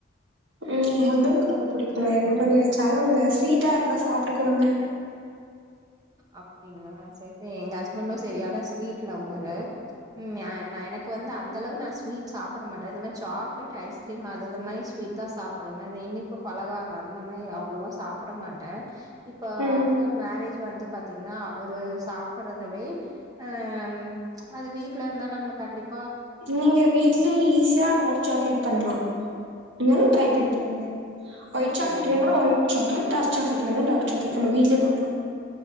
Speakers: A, on the right; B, on the right.
A: உம் என் ஹஸ்பண்ட்க்கு ரொம்ப பிடிக்கு நா என்ன பண்ணி வச்சாலு அவங்க ஸ்வீட்டா இருந்தா சாப்ட்டுக்குவாங்க
B: அப்டிங்களா சரி சரி எங்க ஹஸ்பண்டும் சரியான ஸ்வீட் லவ்வரு உம் நா நா எனக்கு வந்து அந்த அளவு நா ஸ்வீட் சாப்பட மாட்டே இந்த மாரி சாக்லேட் ஐஸ்கிரீம் அதுல மாரி ஸ்வீட்தா சாப்பிடுவே இந்த இனிப்பு பலகாரோ அந்த மாரி அவ்ளவா சாப்பட மாட்டே இப்ப
A: ம்
B: ஆஃப்டர் மேரேஜ் வந்து பாத்தீங்கன்னா அவரு சாப்படுறதவே அம் அது வீட்ல இருந்தா நம்ம கண்டிப்
A: நீங்க வீட்ல ஈசியா டார்க் சாக்லேட் பண்லா நீங்களு ட்ரை
B: ம்
A: பண்ணி பாருங்க ஒயிட்
B: ஓகே
A: சாக்லேட்
B: ஓகேங்க
A: வேணுன்னா ஒயிட் சாக்லேட் டார்க் சாக்லேட் வேண்ணா டார்க் சாக்லேட் நம்ம வீட்லயே பண்லா